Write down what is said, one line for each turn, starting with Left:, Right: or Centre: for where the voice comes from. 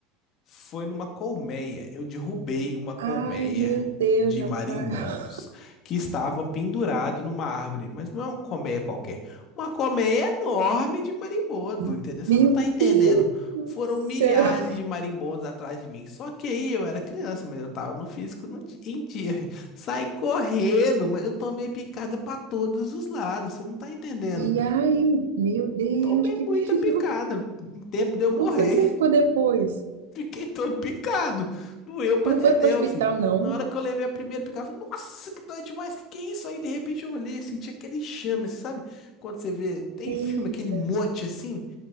Left: Foi numa colmeia. Eu derrubei uma colmeia
Right: Ai, meu Deus,
Left: de
Right: Rafael.
Left: marimbondos que estava pendurado numa árvore, mas não é uma colmeia qualquer. Uma colmeia enorme de marimbondo,
Right: <laughs>
Left: entendeu? Você
Right: Meu
Left: não tá entendendo.
Right: Deus do
Left: Foram
Right: céu.
Left: milhares de marimbondos atrás de mim. Só que aí eu era criança, mas eu tava no físico no di- em dia. <laughs> Saí correndo, mas eu tomei picada para todos os lados. Você não tá entendendo.
Right: E ai, meu Deus,
Left: Tomei
Right: que
Left: muita
Right: perigo.
Left: picada. Em tempo de eu morrer.
Right: Como foi que você ficou depois?
Left: Fiquei todo picado. Doeu pra
Right: Não
Left: dedéu,
Right: foi para o hospital,
Left: fi.
Right: não?
Left: Na hora que eu levei a primeira picada, eu falei, nossa, que dói demais. Que que é isso? Aí, de repente, eu olhei, senti aquele enxame, sabe? Quando você vê, tem
Right: Eita.
Left: filme, aquele monte assim,